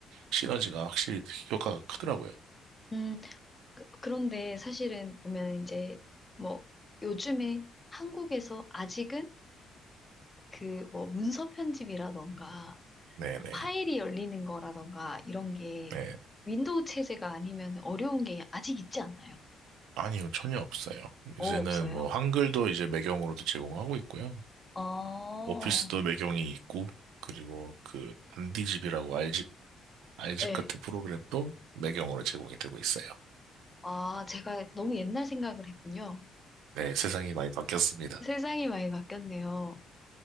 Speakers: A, on the right; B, on the left.
A: 시너지가 확실히 효과가 크더라고요.
B: 음. 그- 그런데 사실은 보면 이제 뭐 요즘에 한국에서 아직은 그 뭐 문서 편집이라던가
A: 네네.
B: 어, 파일이 열리는 거라던가 이런 게
A: 네.
B: 윈도우 체제가 아니면 어려운 게 아직 있지 않나요?
A: 아니요, 전혀 없어요.
B: 어,
A: 요새는
B: 없어요?
A: 뭐 한글도 이제 매경으로도 제공하고 있고요.
B: 어,
A: 오피스도 매경이 있고, 그리고 그 반디집이라고 알집, 알집
B: 네.
A: 같은 프로그램도 매경으로 제공이 되고 있어요.
B: 아, 제가 너무 옛날 생각을 했군요.
A: 네, 세상이 많이 바뀌었습니다.
B: 세상이 많이 바뀌었네요.